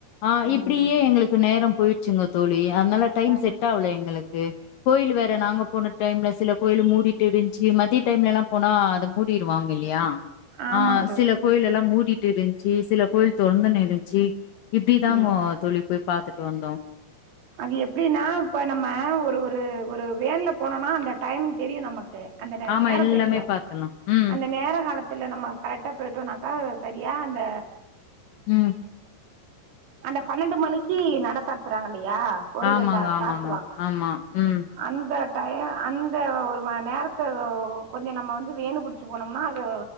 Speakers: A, on the left (about 70°); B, on the right (about 85°).
A: ஆ
B: ம்
A: இப்டியே எங்களுக் நேரோ போயிட்ச்சுங்க தோழி அதனால டைம்
B: ஆ
A: செட்டாகல எங்களுக் கு கோயில்லு வேற நாங்க போன டைம்ல சில கோயில்லு மூடிட்டு இருந்ச்சு ம திய டைம்லலா போனா அத மூடிருவாங்க இல்லையா
B: ஆமா
A: ஆ
B: தோழி
A: சில கோயில் எல்லாம் மூடிட்டு இருந் சி சில கோயில் தொறந்துனு இருன்ச்சு இப்படிதாங்கோ
B: ம்
A: தோழி போய் பாத்துட்டு வந்தோ
B: அது எப்படின்னா இப்போ நம்ம ஒரு ஒரு ஒரு வேன்ல போனோனா அந்த டைமிங் தெரியு நமக்கு அந்த ரே
A: ஆமா
B: நேரோ
A: எல்லாமே
B: தெரியு
A: பாத்துர்லா ம்
B: அந்த நேர காலத் த்துல நம்ம கரெக்ட்டா போயிட்டோன்னாக்கா சரியா அந்த
A: ம்
B: அந்த பன்னெண்டு மணிக்கு நட சாத்துறாங்க இல்லையா கோவில
A: ஆமாங்க
B: தா
A: ஆமாங்க
B: சாத்துவாங்க
A: ஆமா ம்
B: அந்த டையோ அந்த ஒரு மண் நேரத்த ஒ கொஞ்ச நம்ம வந்து வேனு புடி ச்சு போனோம்னா அது